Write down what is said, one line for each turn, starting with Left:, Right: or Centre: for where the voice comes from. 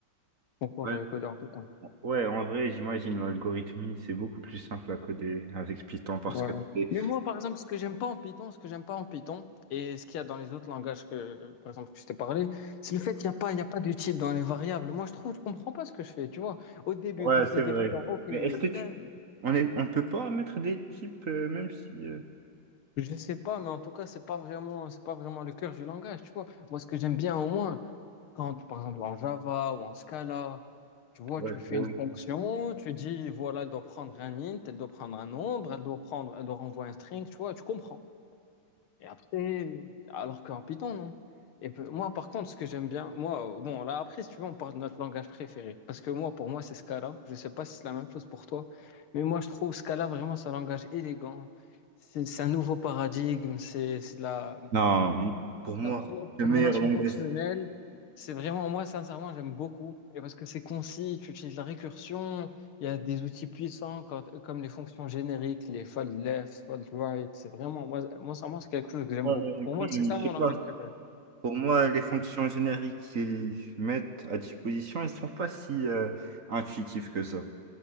Left: Concours,
Right: Ouais,
Left: j'avais codé en Python.
Right: ouais, en vrai, j'imagine l'algorithme, c'est beaucoup plus simple à coder avec Python parce
Left: Ouais.
Right: que c'est-
Left: Mais moi, par exemple, ce que j'aime pas en Python, ce que j'aime pas en Python, et ce qu'il y a dans les autres langages que, par exemple, que je t'ai parlé, c'est le fait qu'il n'y a pas, il y a pas de type dans les variables. Moi, je trouve, je comprends pas ce que je fais, tu vois. Au début,
Right: Ouais,
Left: quand
Right: c'est
Left: t'es
Right: vrai.
Left: débutant, ok,
Right: Mais est-ce que tu.
Left: tain,
Right: On est... on peut pas mettre des types, euh, même si. euh,
Left: je sais pas, mais en tout cas, c'est pas vraiment, c'est pas vraiment le cœur du langage, tu vois. Moi, ce que j'aime bien au moins, quand, par exemple, en Java ou en Scala, tu vois,
Right: Ouais,
Left: tu fais
Right: c'est vrai.
Left: une fonction, tu dis, voilà, elle doit prendre un int, elle doit prendre un nombre, elle doit prendre, elle doit renvoyer un string, tu vois, tu comprends. Et après, alors qu'en Python, non. Et pe- moi, par contre, ce que j'aime bien, moi, euh, bon, là, après, si tu veux, on parle de notre langage préféré. Parce que moi, pour moi, c'est Scala. Je sais pas si c'est la même chose pour toi. Mais moi, je trouve Scala vraiment, c'est un langage élégant. C'est c'est un nouveau paradigme. C'est c'est de la,
Right: Non, Pour moi,
Left: la pro-
Right: le
Left: programmation
Right: meilleur langage.
Left: fonctionnelle, c'est vraiment, moi, sincèrement, j'aime beaucoup. Et parce que c'est concis, tu utilises la récursion, il y a des outils puissants quand- comme les fonctions génériques, les fold left, fold right. C'est vraiment, moi, moi, sincèrement, c'est quelque chose que j'aime
Right: Ouais,
Left: beaucoup. Pour
Right: mais quand
Left: moi, c'est
Right: même,
Left: ça
Right: je
Left: mon
Right: sais pas.
Left: langage préféré.
Right: Pour moi, les fonctions génériques qu'ils mettent à disposition, elles sont pas si euh, intuitives que ça.